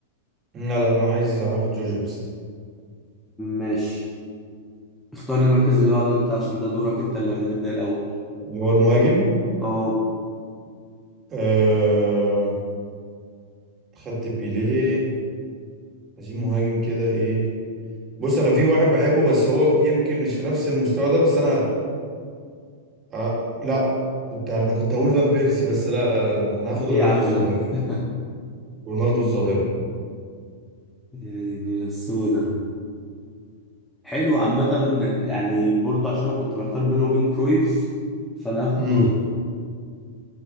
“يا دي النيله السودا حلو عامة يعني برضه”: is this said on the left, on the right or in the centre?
Centre